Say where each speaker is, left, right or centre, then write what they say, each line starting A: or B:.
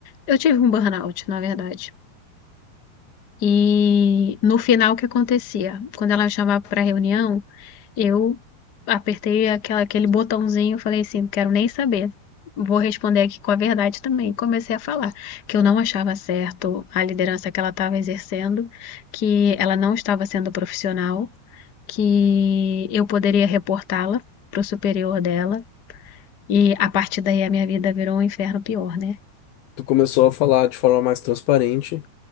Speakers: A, on the left; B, on the left.
A: Eu tive um burnout, na verdade. E no final, o que acontecia? Quando ela me chamava para reunião, eu apertei aquela, aquele botãozinho e falei assim: não quero nem saber. Vou responder aqui com a verdade também. Comecei a falar que eu não achava certo a liderança que ela estava exercendo, que ela não estava sendo profissional, que eu poderia reportá-la para o superior dela. E a partir daí a minha vida virou um inferno pior, né?
B: Tu começou a falar de forma mais transparente